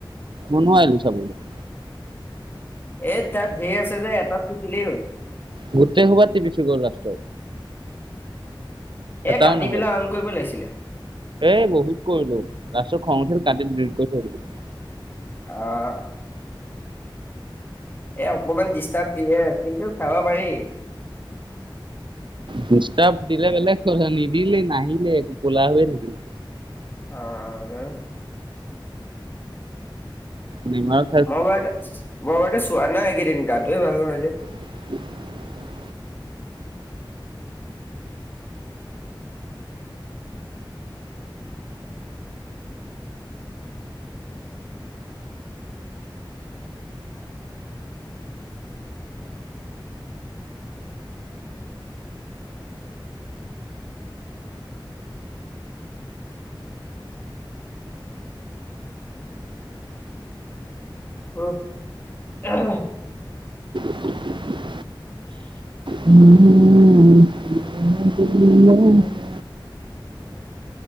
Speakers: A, on the right; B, on the left.
A: মই নোৱাৰিলো চাবলে। <unintelligible>
B: এ তাত ধেৰ আছে যে এটাত তিপিলেই হ'ল। <inaudible>
A: গোটেই সোপা টিপি থৈ গ'ল লাষ্টত। <unintelligible>
B: এ
A: এটাও
B: কাটি
A: নহ'ল।
B: পেলাই অন
A: <inaudible>
B: কৰিব লাগিছিলে
A: এ বহুত কৰিলো। লাষ্টত খং উঠিল কাটি ডিলিট কৰি থৈ দিলোঁ। <inaudible>
B: অ <unintelligible> এ অকমান ডিষ্টাৰ্ব দিয়ে কিন্তু চাব পাৰি। <inaudible>
A: ডিষ্টাব দিলে বেলেগ কথা নিদিলেই নাহিলে একো কোলা হৈ থাকিল। <inaudible>
B: অঁ-অঁ <inaudible>
A: <inaudible> ডিমাক
B: মই বাৰ মই বাৰু চোৱা নাই এইকেইদিন গাটোৱে ভাল নহয় যে। <inaudible>
A: <unintelligible>
B: <unintelligible>
A: <unintelligible> উম। <unintelligible>